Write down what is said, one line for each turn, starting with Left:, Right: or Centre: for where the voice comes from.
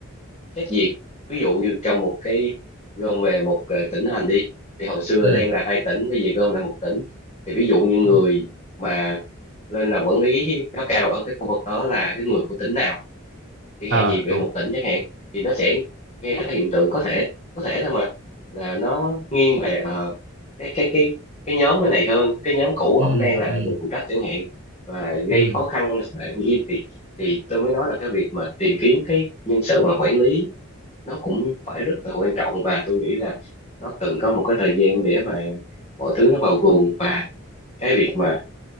Left: xét duyệt ví dụ như trong một cái gom về một ờ, tỉnh thành đi thì hồi xưa
Right: ừ
Left: đang là hai tỉnh bây giờ gom lại một tỉnh thì ví dụ như người
Right: ừ.
Left: mà lên làm quản lý cấp cao ở cái khu vực đó là cái người của tỉnh nào chẳng
Right: ờ
Left: hạn gì về
Right: đúng
Left: một tỉnh chẳng hạn thì nó sẽ gây ra hiện tượng có thể có thể thôi mà là nó nghiêng về ờ, cái cái cái cái nhóm cái này hơn cái nhóm cũ
Right: ừ
Left: ổng đang là
Right: ừ
Left: người phụ trách chẳng hạn và gây
Right: ừ
Left: khó khăn là như thì thì tôi mới nói là cái việc mà tìm kiếm cái nhân sự mà quản lý nó cũng phải rất là quan trọng và tôi nghĩ là nó cần có một cái thời gian để mà mọi thứ nó vào guồng và cái việc mà